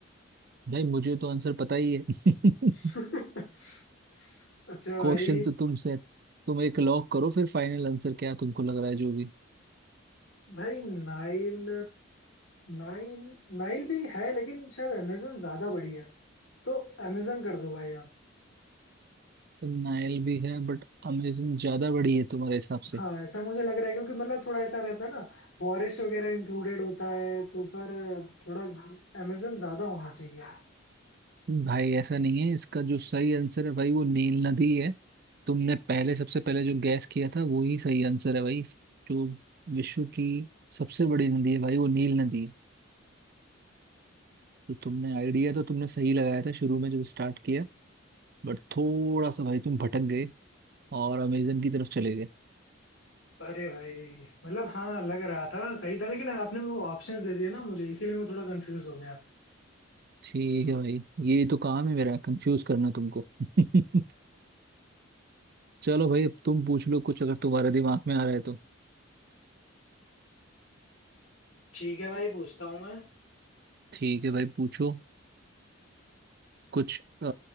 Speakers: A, on the right; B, on the left.
A: भाई मुझे तो आंसर पता ही है
B: <laughs>
A: <laughs>
B: अच्छा भाई
A: क्वेश्चन तो तुमसे तुम एक लॉक करो फिर फाइनल आंसर क्या तुमको लग रहा है जो भी
B: भाई नाइल नाइल नाइल भी है लेकिन शायद अमेजन ज्यादा बड़ी है तो अमेजन कर दो भाई
A: नाइल भी है बट अमेजन ज्यादा बड़ी है तुम्हारे हिसाब
B: हाँ
A: से
B: ऐसा मुझे लग रहा है क्योंकि मतलब थोड़ा ऐसा रहता है ना फॉरेस्ट वगैरह इंक्लूडेड होता है तो फिर थोड़ा अमेजन ज्यादा होना चाहिए
A: भाई ऐसा नहीं है इसका जो सही आंसर है भाई वो नील नदी है तुमने पहले सबसे पहले जो गैस किया था वो ही सही आंसर है भाई जो विश्व की सबसे बड़ी नदी है भाई वो नील नदी है तो तुमने आइडिया तो तुमने सही लगाया था शुरू में जब स्टार्ट किया बट थोड़ा सा भाई तुम भटक गए और अमेजन की तरफ चले गए
B: अरे भाई मतलब हाँ लग रहा था सही था लेकिन आपने वो ऑप्शंस दे दिए ना मुझे इसीलिए मैं थोड़ा कंफ्यूज हो गया
A: ठीक है भाई ये तो काम है मेरा कंफ्यूज करना तुमको <laughs> चलो भाई अब तुम पूछ लो कुछ अगर तुम्हारे दिमाग में आ रहा है तो
B: ठीक है भाई पूछता हूँ मैं
A: ठीक है भाई पूछो कुछ आ,